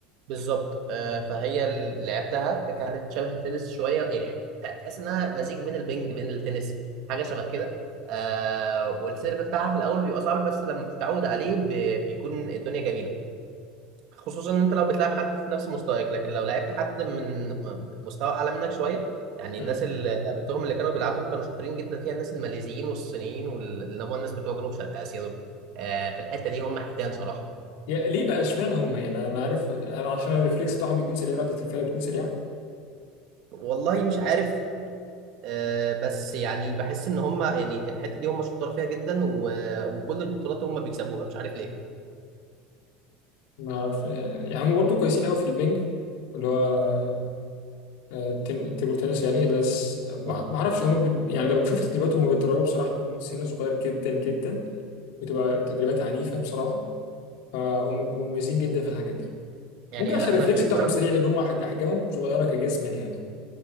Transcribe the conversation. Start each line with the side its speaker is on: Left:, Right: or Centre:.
Right: بالظبط آه، فهي ال- لعبتها كانت شبه التنس شويه يعني ت- تحس انها مزيج بين البنج بين التنس حاجه شبه كده آه والسيرف بتاعها في الاول بيبقى صعب بس لما بتتعود عليه ب- بيكون الدنيا جميله خصوصا ان انت لو بتلعب حد في نفس مستواك لكن لو لعبت حد من م- مستوى اعلى منك شويه يعني
Left: يعني
Right: الناس اللي قابلتهم اللي كانوا بيلعبوا كانوا شاطرين جدا فيها الناس الماليزيين والصينيين واللي هم الناس بتوع جنوب شرق اسيا دول آه في الحته دي هم حيتان صراحه
Left: يا ليه بقى اشمعنى هم يعني انا عارف انا عشان الريفلكس بتاعهم بيكون سريع رده الفعل بتكون سريعه
Right: والله مش عارف آه، بس يعني بحس ان هم يعني الحته دي هم شطار فيها جدا و- وكل البطولات هم بيكسبوها مش عارف ليه
Left: ما اعرف يعني هم برضو كويسين قوي في البنج اللي هو آه، تن- تيبل تنس يعني بس ما
Right: آه.
Left: ما اعرفش هم بي... يعني لما شفت تدريباتهم هم بيتدربوا بصراحه من سن صغير جدا جدا بتبقى تدريبات عنيفه بصراحه فهم بيبقوا مميزين جدا في الحاجات دي
Right: يعني
Left: ممكن عشان
Right: انا
Left: الريفلكس
Right: انا في مره
Left: بتاعهم سريع لان هم حج- احجامهم صغيره كجسما يعني